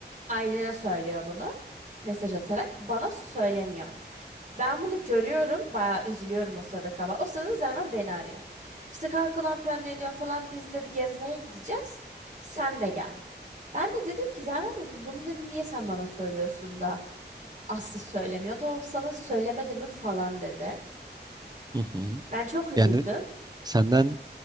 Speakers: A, on the right (about 45°); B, on the right (about 20°).
A: Aylin'e söylüyor bunu. Mesaj atarak. Bana söylemiyor. Ben bunu görüyorum. Bayağı üzülüyorum o sırada kaba. O sırada Zervan beni arıyor. İşte kanka ne yapıyorsun ne diyor falan. Biz dedi gezmeye gideceğiz. Sen de gel. Ben de dedim ki Zerven dedim bunu dedim niye sen bana söylüyorsun da Aslı söylemiyor da o sana söylemedi mi falan dedi.
B: hı hı.
A: Ben çok üzüldüm.
B: Yani senden